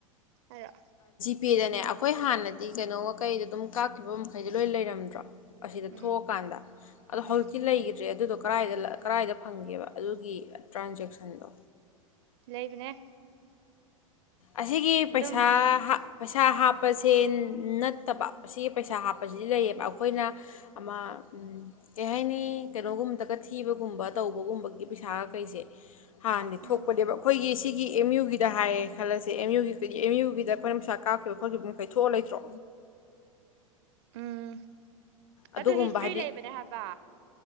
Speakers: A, on the right; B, on the left.
A: ꯑꯔꯣ
B: ꯄꯦꯗꯅꯦ ꯑꯩꯈꯣꯏ ꯍꯥꯟꯅꯗꯤ ꯀꯩꯅꯣꯒ ꯀꯩꯗꯣ ꯑꯗꯨꯝ ꯀꯥꯞꯈꯤꯕ ꯃꯈꯩꯗꯣ ꯂꯣꯏ ꯂꯩꯔꯝꯗ꯭ꯔꯣ ꯑꯁꯤꯗ
A: ꯎꯝ
B: ꯊꯣꯛꯑꯀꯥꯟꯗ ꯑꯣ
A: ꯎꯝ
B: ꯍꯧꯖꯤꯛꯇꯤ ꯂꯩꯈꯤꯗ꯭ꯔꯦ ꯑꯗꯨꯗ ꯀ꯭ꯔꯥꯏꯗ ꯀ꯭ꯔꯥꯏꯗ ꯐꯪꯒꯦꯕ ꯑꯗꯨꯒꯤ ꯇ꯭ꯔꯥꯟꯖꯦꯛꯁꯟꯗꯣ
A: ꯂꯩꯕꯅꯦ
B: ꯑꯁꯤꯒꯤ
A: ꯑꯗꯨꯝ
B: ꯄꯩꯁꯥ ꯄꯩꯁꯥ ꯍꯥꯞꯄꯁꯦ ꯅꯠꯇꯕ ꯁꯤꯒꯤ ꯄꯩꯁꯥ ꯍꯥꯞꯄꯁꯤꯗꯤ ꯂꯩꯌꯦꯕ ꯑꯩꯈꯣꯏꯅ ꯑꯃ ꯀꯩ ꯍꯥꯏꯅꯤ ꯀꯩꯅꯣꯒꯨꯝꯕꯗꯒ ꯊꯤꯕꯒꯨꯝꯕ ꯇꯧꯕꯒꯨꯝꯕꯒꯤ ꯄꯩꯁꯥꯒ ꯀꯩꯁꯦ ꯍꯥꯟꯅꯗꯤ
A: ꯎꯝ
B: ꯊꯣꯛꯄꯅꯦꯕ ꯑꯩꯈꯣꯏꯒꯤ ꯁꯤꯒꯤ ꯑꯦꯝ ꯌꯨꯒꯤꯗ ꯍꯥꯏꯌꯦ ꯈꯜꯂꯁꯦ ꯑꯦꯝ ꯌꯨꯒꯤꯩꯗꯤ ꯑꯦꯝ ꯌꯨꯒꯤꯗ ꯑꯩꯈꯣꯏꯅ ꯅꯨꯡꯁꯥ ꯀꯥꯞꯈꯤꯕ ꯈꯣꯠꯈꯤꯕ ꯃꯈꯩ ꯊꯣꯛꯑ ꯂꯩꯇ꯭ꯔꯣ
A: ꯎꯝ
B: ꯑꯗꯨꯒꯨꯝꯕ
A: ꯑꯗꯨ ꯍꯤꯁꯇ꯭ꯔꯤ
B: ꯍꯥꯏꯗꯤ
A: ꯂꯩꯕꯅꯦ ꯍꯥꯏꯕ